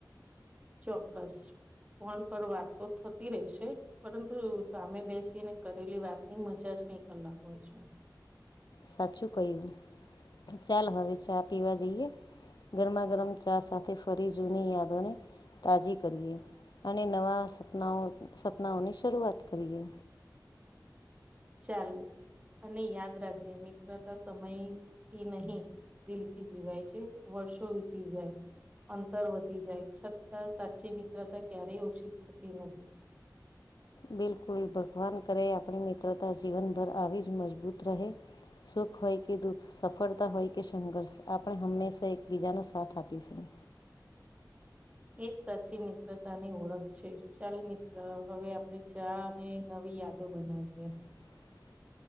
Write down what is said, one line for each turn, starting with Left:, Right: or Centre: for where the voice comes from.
Right: ચોક્કસ કોણ પર વાત તો થતી રહેશે પરંતુ સામે બેસીને કરેલી વાતની મજા જ કઈ અલગ હોય છે.
Left: સાચું કયું ચાલ હવે ચા પીવા જઈએ. ગરમા ગરમ ચા સાથે ફરી જૂની યાદોને તાજી કરીએ અને નવા સપનાઓ સપનાઓની શરૂઆત કરીએ.
Right: ચાલ અને યાદ રાખજે મિત્રતા સમયથી નહી દિલ થી જીવાય છે વર્ષો વીતી જાય. અંતર વધી જાય છતાં સાચી મિત્રતા ક્યારેય ઓછી થતી નથી.
Left: બિલકુલ ભગવાન કરે આપણી મિત્રતા જીવનભર આવી જ મજબૂત રહે. સુખ હોય કે દુઃખ સફળતા હોય કે સંઘર્ષ આપણે હંમેશા એકબીજાનો સાથ આપીશું
Right: એ સાચી મિત્રતાની ઓળખ છે ચાલ મિત્ર હવે આપડે ચા ને નવી યાદો બનાવીએ.
Left: <unintelligible>